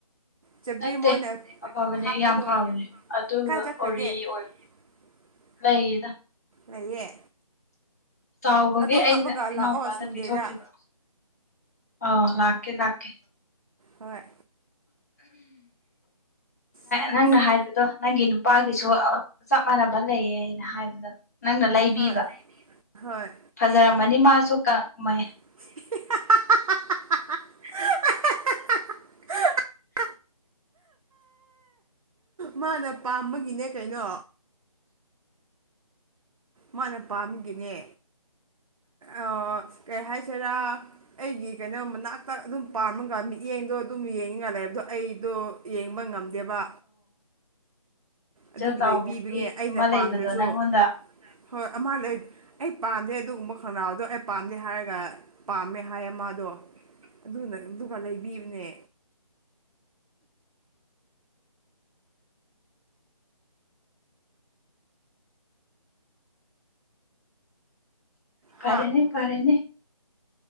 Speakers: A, on the right; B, on the left.
A: ꯆꯕ꯭ꯔꯤ
B: ꯅꯠꯇꯦ
A: ꯃꯣꯏꯅ
B: ꯑꯐꯕꯅꯦ
A: ꯍꯥꯞꯄꯗꯣ
B: ꯌꯥꯝ ꯐꯕꯅꯦ ꯑꯗꯨ
A: ꯀꯥꯏ ꯆꯠꯈ꯭ꯔꯒꯦ
B: ꯑꯣꯔꯤ ꯑꯣꯏꯕ
A: <unintelligible>
B: ꯂꯩꯗ
A: ꯂꯩꯌꯦ
B: ꯆꯥꯎꯕꯒꯤ
A: ꯑꯗꯨ
B: ꯑꯩꯅ
A: ꯍꯥꯞꯄꯒ
B: ꯏꯅꯥꯎꯄꯥꯗ
A: ꯂꯥꯛꯑꯣ ꯁꯟꯗꯦꯗ
B: ꯄꯤꯊꯣꯛꯈꯤꯕ ꯑ ꯂꯥꯛꯀꯦ ꯂꯥꯛꯀꯦ
A: ꯍꯣꯏ ꯁꯝꯁꯨ
B: ꯅꯪꯅ ꯍꯥꯏꯕꯗꯣ ꯅꯪꯒꯤ ꯅꯨꯄꯥ ꯁꯨ ꯆꯞ ꯃꯥꯟꯅꯕ ꯂꯩꯌꯦꯅ ꯍꯥꯏꯕꯗꯣ ꯅꯪꯅ ꯂꯩꯕꯤꯕ
A: ꯍꯣꯏ ꯍꯣꯏ
B: ꯐꯖꯔꯝꯃꯅꯤ ꯃꯥꯁꯨ ꯀ ꯃꯦ
A: <unintelligible> ꯃꯥꯅ ꯄꯥꯝꯕꯒꯤꯅꯦ ꯀꯩꯅꯣ ꯃꯥꯅ ꯄꯥꯝꯒꯤꯅꯦ ꯑꯣ ꯀꯩ ꯍꯥꯏꯁꯤꯔꯥ ꯑꯩꯒꯤ ꯀꯩꯅꯣ ꯃꯅꯥꯛꯇ ꯑꯗꯨꯝ ꯄꯥꯝꯃꯒ ꯃꯤ ꯌꯦꯡꯗꯣ ꯑꯗꯨꯝ ꯌꯦꯡꯉꯤ ꯉ ꯂꯩꯑꯕꯗꯣ ꯑꯩꯗꯣ ꯌꯦꯡꯕ ꯉꯝꯗꯦꯕ
B: ꯏꯆ
A: ꯑꯗꯨꯒꯤ
B: ꯆꯥꯎꯕꯒꯤ
A: ꯂꯩꯕꯤꯕꯅꯦ ꯑꯩꯅ
B: ꯑꯃ ꯂꯩꯕꯗꯣ
A: ꯄꯥꯝꯗ꯭ꯔꯁꯨ
B: ꯅꯪꯉꯣꯟꯗ
A: ꯍꯣꯏ ꯑꯃꯥ ꯂꯩ ꯑꯩ ꯄꯥꯗꯦ ꯑꯗꯨꯒꯨꯝꯕ ꯈꯣꯡꯒ꯭ꯔꯥꯎꯗꯣ ꯑꯩ ꯄꯥꯝꯗꯦ ꯍꯥꯏꯔꯒ ꯄꯥꯝꯃꯦ ꯍꯥꯏꯌꯦ ꯃꯥꯗꯣ ꯑꯗꯨꯅ ꯑꯗꯨꯃ ꯂꯩꯕꯤꯕꯅꯦ
B: ꯄꯔꯦꯅꯤ
A: ꯍꯥ
B: ꯄꯔꯦꯅꯤ